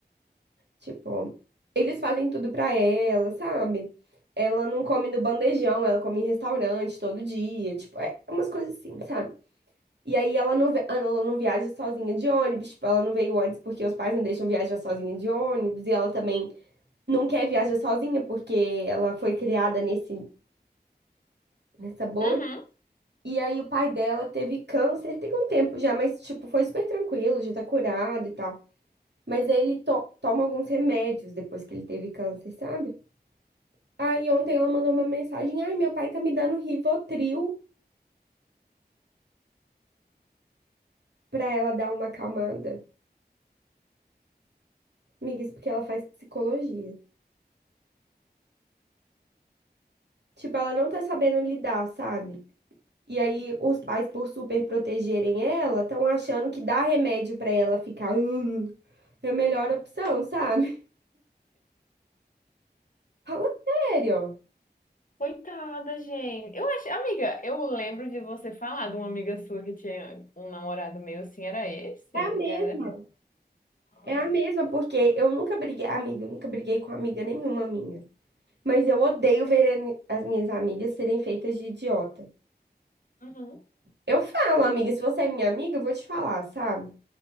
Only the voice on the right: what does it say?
Tipo, eles fazem tudo pra ela, sabe? Ela não come no bandejão, ela come em restaurante todo dia, tipo, é umas coisas assim, sabe? E aí ela não, ve- ela não viaja sozinha de ônibus, tipo, ela não veio antes porque os pais não deixam viajar sozinha de ônibus, e ela também não quer viajar sozinha porque ela foi criada nesse, nessa bolha.
E aí o pai dela teve câncer, tem um tempo já, mas tipo, foi super tranquilo, já tá curado e tal. Mas aí ele to- toma alguns remédios depois que ele teve câncer, sabe? Aí ontem ela mandou uma mensagem: Ai, meu pai tá me dando Rivotril pra ela dar uma acalmada. Amiga, isso porque ela faz psicologia. Tipo, ela não tá sabendo lidar, sabe? E aí os pais, por super protegerem ela, estão achando que dar remédio pra ela ficar "Hum, é a melhor opção, sabe? <laughs> Fala sério.
É a mesma.
É a mesma, porque eu nunca briguei, amiga, eu nunca briguei com amiga nenhuma minha. Mas eu odeio ver a mi- as minhas amigas serem feitas de idiota.
Eu falo, amiga, se você é minha amiga, eu vou te falar, sabe?